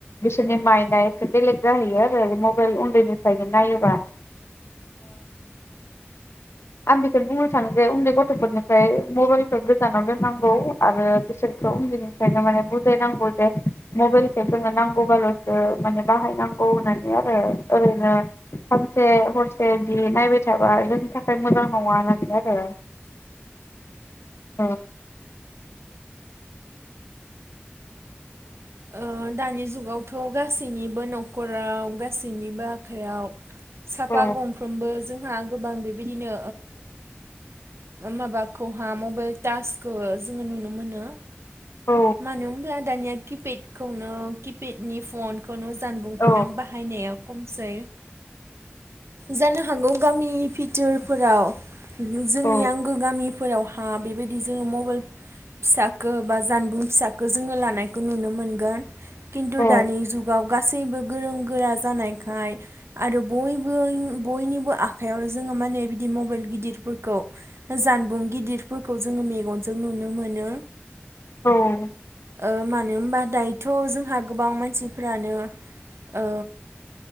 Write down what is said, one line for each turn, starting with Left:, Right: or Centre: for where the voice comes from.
Left: बिसोरनि माइन्दआ एसे बेलेग जाहैयो आरो मबेल उन्दैनिफ्रायनो नायोबा। आं बेखौनो बुंनो सानो जे उन्दै गथ'फोरनिफ्राय मबेलखौ गोजानाव दोननांगौ आरो बिसोरखौ उन्दैनिफ्रायनो माने बुजायनांगौ जे मबेलखौ जोंङो नांगौबाल'सो माने बाहायनांगौ होननानै आरो ओरैनो सानसे हरसे बिदि नायबाय थाबा जोंनि था खाय मोजां नङा होननानै आरो। औ
Right: ओ दानि जुगावथ' गासैनिबो न'खराव गासैनिबो आखाइयाव साफा
Left: औ
Right: गंफ्रोमबो जों हा गोबां बेबायदिनो माबाखौहा मबाइल टासखौ जोंङो नुनो मोनो।
Left: औ
Right: मानो होनब्ला दानिया किपेत खौनो किपेडनि फन खौनो जानबुंखौनो
Left: औ
Right: बाहायनाया खमसै जानो हागौ गामि भिथोरफोराव जोंनि
Left: औ
Right: आंगो गामिफोराव हा बिबायदि जोङो मबाइल फिसखौ बा जानबुं फिसखौ जोङो लानायखौ नुनो मोनगोन गोन किन्तु
Left: औ
Right: दानि जुगाव गासैबो गोरों गोरा जानायखाय आरो बयबो बयनिबो आखायाव जोङो माने बिदि मबाइल गिदिरफोरखौ जानबुं गिदिरफोरखौ जोङो मेगनजों नुनो मोनो
Left: औ
Right: ओ मानो होनबा दाय थ' जोंहा गोबां मानसिफोरानो ओ